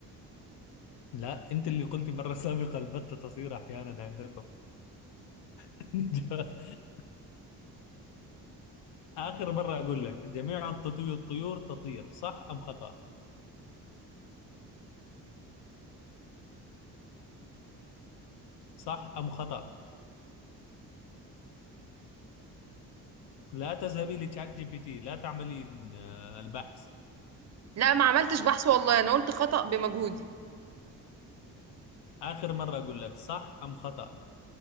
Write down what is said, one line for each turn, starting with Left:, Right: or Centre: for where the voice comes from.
Left: لا أنت اللي قلت مرة سابقة البتة تطير أحيانا عندكم <laughs> آخر مرة أقول لك جميع الطيو- الطيور تطير صح أم خطأ صح أم خطأ لا تذهبي لتشات جي بي تي لا تعملين آه، البحث
Right: لا ما عملتش بحث والله أنا قلت خطأ بمجهودي.
Left: آخر مرة أقول لك صح أم خطأ